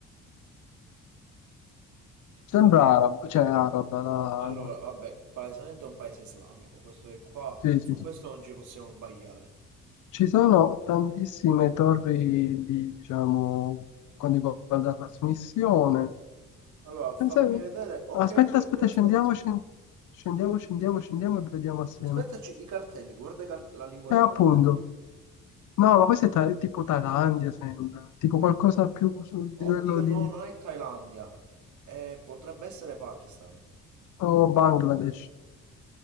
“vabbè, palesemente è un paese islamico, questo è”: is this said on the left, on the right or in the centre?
Right